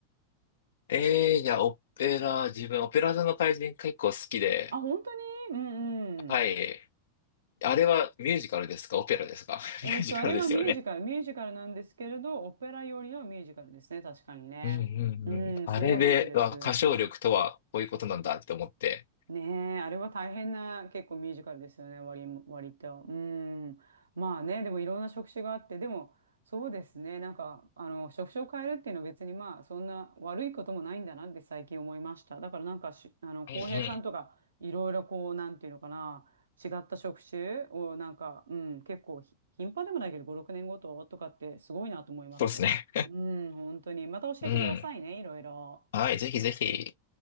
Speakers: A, on the left; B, on the right.
A: えー。いや、オペラ、自分、オペラ座の怪人結構好きで。
B: あ、本当にうんうん。
A: はい。あれはミュージカルですかオペラですか
B: えっと、
A: <laughs> ミュージカルですよね。
B: あれはミュージカル、ミュージカルなんですけれど、オペラよりのミュージカルですね、確かにね。
A: うんうんうん。
B: うん、
A: あれでは歌唱力とはこういうことなんだって思って。
B: そうなんです。ねえ、あれは大変な結構ミュージカルですよね、割も、割と。うん。まあね、でもいろんな職種があって、でもそうですね、なんか、あの、職種を変えるっていうのは別にまあ、そんな悪いこともないんだなって最近思いました。だからなんかし、あの、浩平さんとか、
A: うんうん。
B: いろいろこう、なんていうのかな、違った職種をなんか、うん、結構ひ頻繁でもないけど、5、6年ごととかってすごいなと思います。
A: そうですね。
B: うん、本当に。また教えてくださいね、
A: うん。
B: いろいろ。
A: はい、ぜひぜひ。